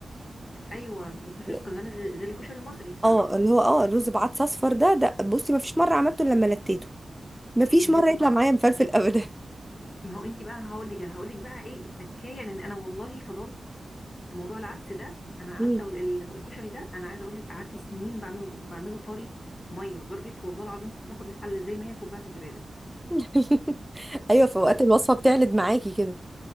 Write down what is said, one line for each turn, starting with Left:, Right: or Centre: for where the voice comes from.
Left: ايوه الكشري
Centre: لا.
Left: الاسكندراني غير غير الكشري المصري صح
Centre: اه اللي هو اه الرز بعدس اصفر ده ده بصي ما فيش مره عملته إلا لما لتيته ما فيش
Left: إيه
Centre: مره
Left: بيبقى
Centre: يطلع
Left: طعم.
Centre: معايا مفلفل ابدا
Left: ما هو انت بقى انا هقول لك انا هقول لك بقى ايه التكايه لان انا والله فضلت موضوع العدس ده انا
Centre: مم.
Left: قعدت ال- الكشري ده انا عايزه اقول لك قعدت سنين بعمله بعمله طري ميه لدرجه والله العظيم كنت باخد الحله زي ما هي كوبها في الزباله
Centre: <laughs> ايوه في اوقات
Left: بس
Centre: الوصفه بتعلد معاكي كده